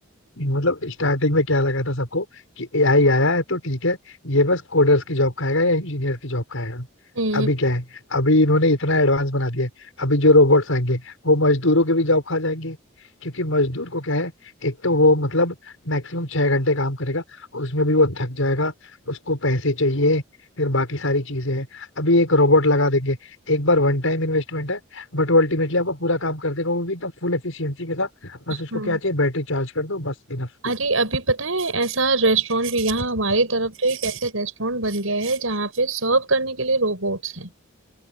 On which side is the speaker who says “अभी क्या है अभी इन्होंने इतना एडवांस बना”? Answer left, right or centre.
Left